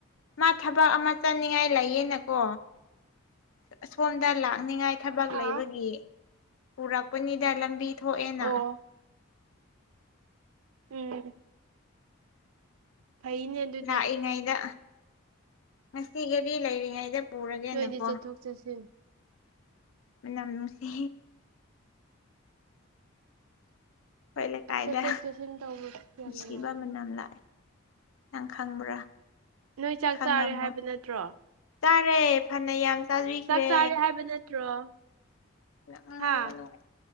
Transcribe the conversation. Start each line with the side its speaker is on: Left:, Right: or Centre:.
Left: ꯃꯥ ꯊꯕꯛ ꯑꯃ ꯆꯠꯅꯤꯉꯥꯏ ꯂꯩꯌꯦꯅꯀꯣ ꯑꯁꯣꯟꯗ ꯂꯥꯛꯅꯤꯡꯉꯥꯏ ꯊꯕꯛ
Right: ꯍꯥ
Left: ꯂꯩꯕꯒꯤ ꯄꯨꯔꯛꯄꯅꯤꯗ ꯂꯝꯕꯤ ꯊꯣꯛꯑꯦꯅ
Right: ꯑꯣ ꯎꯝ ꯐꯩꯅꯦ ꯑꯗꯨꯗꯤ
Left: ꯂꯥꯛꯏꯉꯩꯗ ꯉꯁꯤꯒꯗꯤ ꯂꯩꯔꯤꯉꯩꯗ ꯄꯨꯔꯒꯦꯅꯀꯣ
Right: ꯅꯣꯏꯗꯤ ꯆꯠꯊꯣꯛ ꯆꯠꯁꯤꯟ
Left: ꯃꯅꯝ ꯅꯨꯡꯁꯤ ꯑꯩꯈꯣꯏ ꯂꯩꯀꯥꯏꯗ
Right: ꯆꯠꯊꯣꯛ ꯆꯠꯁꯤꯟ ꯇꯧꯕ ꯌꯥꯝ
Left: ꯅꯨꯡꯁꯤꯕ
Right: ꯅꯨꯡꯉꯥꯏꯅꯦ
Left: ꯃꯅꯝ ꯂꯥꯛꯑꯦ ꯅꯪ ꯈꯪꯕ꯭ꯔꯥ
Right: ꯅꯣꯏ ꯆꯥꯛ
Left: ꯈꯪꯉꯝꯃꯣ
Right: ꯆꯥꯔꯦ ꯍꯥꯏꯕ ꯅꯠꯇ꯭ꯔꯣ
Left: ꯆꯥꯔꯦ ꯐꯅꯌꯥꯝ ꯆꯥꯕꯤꯈ꯭ꯔꯦ
Right: ꯆꯥꯛ <unintelligible> ꯅꯠꯇ꯭ꯔꯣ
Left: <unintelligible>
Right: ꯍꯥ